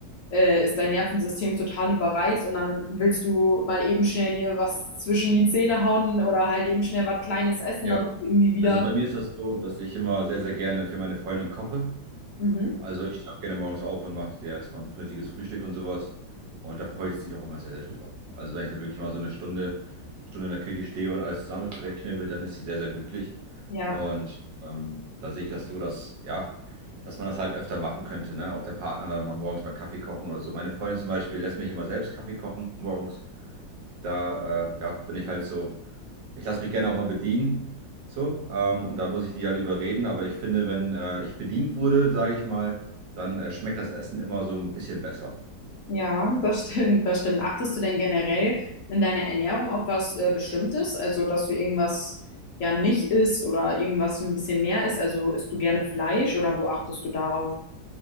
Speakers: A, on the left (about 60°); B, on the right (about 75°).
A: äh, ist dein Nervensystem total überreizt und dann willst du mal eben schnell dir was zwischen die Zähne hauen oder halt eben schnell was Kleines essen,
B: Ja,
A: damit du irgendwie wieder
B: Also bei mir ist das so, dass ich immer sehr, sehr gerne für meine Freundin koche.
A: Mhm.
B: Also ich stehe auch gerne morgens auf und mache dir erstmal ein vernünftiges Frühstück und sowas. Und da freue ich mich auch immer sehr, sehr drüber. Also wenn ich da wirklich mal so eine Stunde, Stunde in der Küche stehe und alles zusammen zurechtschnibbel, dann ist sie sehr, sehr glücklich.
A: Ja,
B: Und ähm, da sehe ich das so, dass, ja, dass man das halt öfter machen könnte, ne? Auch der Partner dann mal morgens mal Kaffee kochen oder so. Meine Freundin zum Beispiel lässt mich immer selbst Kaffee kochen morgens. Da, äh, ja, bin ich halt so ich lasse mich gerne auch mal bedienen. So, ähm, und da muss ich die halt überreden. Aber ich finde, wenn äh, ich bedient wurde, sage ich mal, dann äh, schmeckt das Essen immer so ein bisschen besser.
A: ja, das stimmt, das stimmt. Achtest du denn generell in deiner Ernährung auf was äh, Bestimmtes? Also, dass du irgendwas ja nicht isst oder irgendwas ein bisschen mehr isst? Also, isst du gerne Fleisch oder wo achtest du darauf?